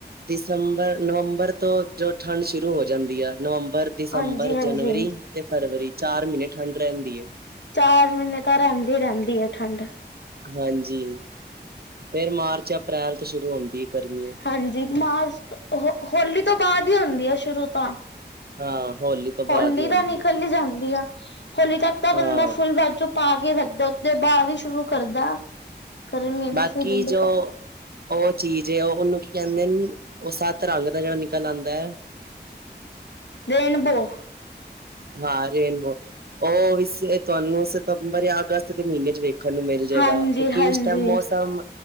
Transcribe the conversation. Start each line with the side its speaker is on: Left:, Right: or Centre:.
Right: ਦਸੰਬਰ ਨਵੰਬਰ ਤੋਂ ਜੋ ਠੰਡ ਸ਼ੁਰੂ ਹੋ ਜਾਂਦੀ ਆ ਨਵੰਬ ਪਰ ਦਸੰਬਰ
Left: ਹਾਂਜੀ ਹਾਂਜੀ
Right: ਜਨਵਰੀ ਤੇ ਫਰਵਰੀ ਚਾਰ ਮਹੀਨੇ ਠੰਢ ਰਹਿੰਦੀ ਏ।
Left: ਚਾਰ ਮਹੀਨੇ ਤਾਂ ਰਹਿੰਦੀ- ਰਹਿੰਦੀ ਐ ਠੰਡ।
Right: ਹਾਂਜੀ ਫੇਰ ਮਾਰਚ ਅਪ੍ਰੈਲ ਤੋਂ ਸ਼ੁਰੂ ਹੁੰਦੀ ਗਰਮੀ
Left: ਹਾਂਜੀ ਮਾਰਚ ਹੋ ਹੌਲੀ ਤੋਂ ਬਾਅਦ ਹੀ ਹੁੰਦੀ ਆ ਸ਼ੁਰੂ ਤਾਂ
Right: ਹਾਂ, ਹੋਲੀ ਤੋਂ ਬਾਅਦ
Left: ਹੌਲੀ
Right: ਹੀ ਹੁੰਦੀ
Left: ਤਾਂ ਨਿਕਲ
Right: ਹੈ।
Left: ਹੀ ਜਾਂਦੀ ਆ। ਹੌਲੀ ਤੱਕ ਤਾਂ
Right: ਹਾਂ-ਹਾਂ,
Left: ਬੰਦਾ ਫੁੱਲ ਬਾਜੂ ਪਾ ਕੇ ਰੱਖਦਾ ਉਸਦੇ ਬਾਅਦ ਸ਼ੁਰੂ ਕਰਦਾ ਕਰਨ ਮੇਦੇ
Right: ਬਾਕੀ
Left: ਸਹੀ ਦਿੰਦੇ
Right: ਜੋ
Left: ਕੱਪੜ
Right: ਉਹ ਚੀਜ਼ ਉਹ ਉਹਨੂੰ ਕੀ ਕਹਿੰਣੇ ਨੇ। ਉਹ ਸੱਤ ਰੰਗ ਦਾ ਜਿਹੜਾ ਨਿਕਲ ਆਉਂਦਾ ਐ।
Left: ਰੇਨਬੋ
Right: ਹਾਂ ਰੇਨਬੋ ਉਹ ਇਸ ਤੁਹਾਨੂੰ ਸਤੰਬਰ ਜਾਂ ਅਗਸਤ ਦੇ ਮਹੀਨੇ 'ਚ ਵੇਖ ਦੇਖਣ ਨੂੰ ਮਿਲ ਜਾਏਗਾ
Left: ਹਾਂਜੀ
Right: ਕਿਉਂਕਿ
Left: ਹਾਂਜੀ
Right: ਉਸ ਟਾਈਮ ਮੌਸਮ